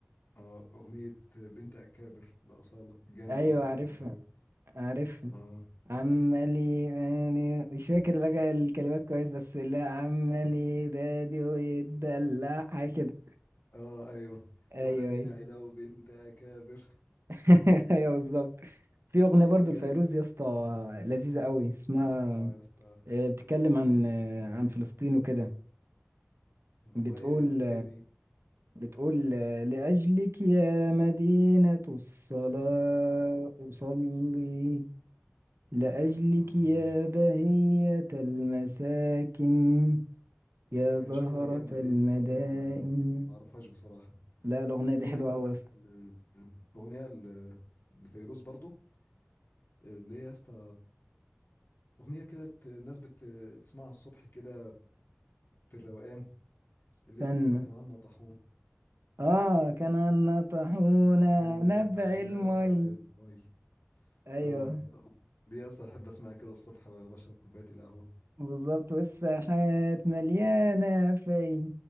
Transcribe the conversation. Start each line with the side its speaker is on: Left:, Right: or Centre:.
Left: اه أغنية بنت أكابر لأصالة جامدة
Right: أيوة
Left: برضه
Right: عارفها
Left: بحبها أوي
Right: عارفها
Left: اه
Right: عمالي يعني مش فاكر لك الكلمات كويس بس لا عمالي دادي ويتدلع حاجة كده
Left: اه أيوه
Right: أيوة
Left: وأنا من
Right: أيوة
Left: علاو بنت أكابر
Right: <laughs> أيوة بالظبط في أغنية برضو
Left: في
Right: لفيروز
Left: يا اسطى
Right: يا اسطى لذيذة قوي اسمها
Left: اه يا اسطى
Right: آه، بتتكلم عن آه، عن فلسطين وكده
Left: والله
Right: بتقول
Left: إيه دي
Right: بتقول آه، لأجلك يا مدينة الصلاة أصلي لأجلك
Left: اه
Right: يا بهية المساكن يا زهرة
Left: هي شكلها جامدة
Right: المدائن
Left: دي بس أنا ما ما أعرفهاش بصراحة
Right: لا الأغنية دي
Left: في
Right: حلوة
Left: يا اسطى
Right: أوي
Left: بس
Right: يا اسطى
Left: ال- الأغنية ال- لفيروز برضه اللي هي يا اسطى أغنية كده بت... الناس بتسمعها الصبح كده في الروقان
Right: استنى
Left: اللي هي بتاع كنعان طاحون
Right: آه كان النطحون
Left: نطحون
Right: نبع
Left: على نابع
Right: المي
Left: المي
Right: أيوه
Left: اه دي اصلا احب اسمعها كده الصبح وانا بشرب كوبايه القهوه
Right: بالظبط والساحات مليانة في